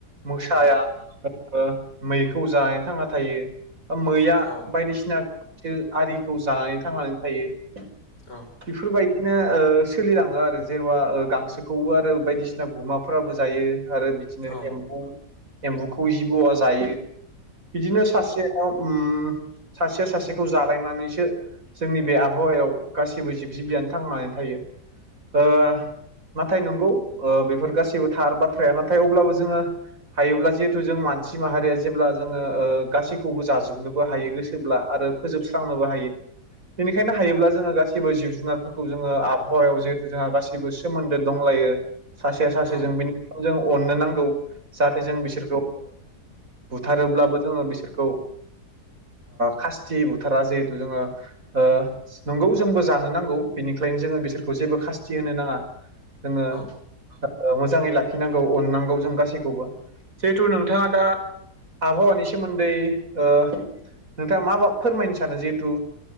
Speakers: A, on the right; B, on the left.
A: मोसाया
B: औ
A: ओ मैखौ जानानै थांना थायो। मैया
B: औ
A: बायदिसिना गांसो आरिखौ जानानै थांनानै थायो।
B: औ
A: बेफोरबायदिनो ओ सोलिलाङो आरो जेन'बा गांसोखौबो आरो बायदिसिना गुमाफो फोराबो जायो आरो बिदिनो
B: औ
A: एम्बु एम्बुखौ जिबौआ जायो। बिदिनो सासेयाव उम सासेया सासे खौ जालायनानैसो जोंनि बे आबहावायाव गासैबो जिब जिबियानो थांनानै थायो। ओ नाथाय नंगौ ओ बेफोर गासैबो थार बाथ्राया नाथाय अब्लाबो जोङो हायोब्ला जिहेथु जों मानसि माहारिया जेब्ला जोङो ओ गासैखौबो जाजोबनोबो हायो गोसोब्ला आरो फोजोबस्रांनोबो हायो। बेनिखायनो हायोब्ला जोङो गासिबो जिब जुनारफोरखौ जोङो आबहावायाव जिहेथु जोंहा गासिबो गासिबो सोमोन्दो दंलायो। सासेया सासेजों
B: औ
A: बिनिखायनो‌ जों अननो नांगौ जाहाथे जों बिसोरखौ बुथारोब्लाबो जोङो बिसोरखौ खासथि बुथारा जिहेथु जोङो ओ नंगौ जोंबो जानो नांगौ बेनिखायनो जोङो बिसोरखौ जेबो खासथि होनो नाङा। जोङो
B: औ ओ
A: ओ मोजाङै लाखिनांगौ अननांगौ जों गासैखौबो जिहेथु नोंथाङा दा आबहावानि सोमोन्दै ओ नोंथाङा मा मा फोरमायनो सानो जिहेथु